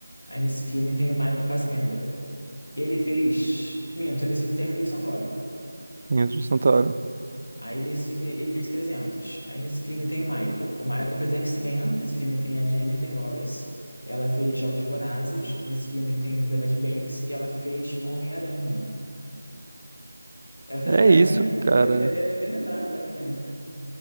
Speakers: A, on the left; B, on the right.
A: Aí nesse filme tem o Michael Fassbender. Ele fez. Minto, nesse filme tem o Rodrigo Santoro.
B: Meninos do Santoro.
A: Aí nesse filme ele fez trezentos Aí nesse filme tem o Michael. O Michael fez X-Men. Nesse filme tem a Jennifer Lawrence. Ela fez Jogos Vorazes. Nesse filme tem Elizabeth Banks. E ela fez Homem-Aranha. Ela fez
B: É
A: Homem-Aranha?
B: isso, cara.
A: Eu, eu- eu nem lembrava dela em Homem-Aranha.